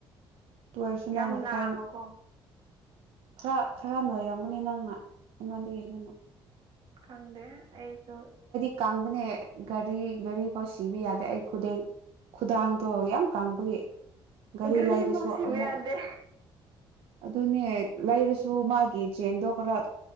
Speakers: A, on the right; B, on the right.
A: ꯑꯣꯏꯔꯁꯨ
B: ꯌꯥꯝ
A: ꯅꯪꯅ
B: ꯅꯥꯕꯀꯣ
A: ꯈꯔ ꯈꯔ ꯈꯔ ꯅꯣꯏꯔꯝꯒꯅꯤ ꯅꯪꯅ ꯑꯩꯉꯣꯟꯗꯒꯤ ꯍꯦꯟꯅ
B: ꯈꯪꯗꯦ ꯑꯩꯁꯨ
A: ꯀꯥꯡꯕꯅꯦ ꯒꯥꯔꯤ ꯒꯥꯔꯤ ꯐꯥꯎ ꯁꯤꯕ ꯌꯥꯗꯦ ꯑꯩ ꯈꯨꯗꯦꯛ ꯈꯨꯗꯥꯡꯗꯣ ꯌꯥꯝ ꯀꯪꯕꯒꯤ ꯒꯥꯔꯤ
B: ꯒꯥꯔꯤꯐꯧ
A: ꯂꯩꯔꯁꯨ
B: ꯁꯤꯕ
A: ꯑꯃꯨꯛ
B: ꯌꯥꯗꯦ
A: ꯑꯗꯨꯅꯦ ꯂꯩꯔꯁꯨ ꯃꯥꯒꯤ ꯆꯦꯟꯗꯣ ꯈꯔ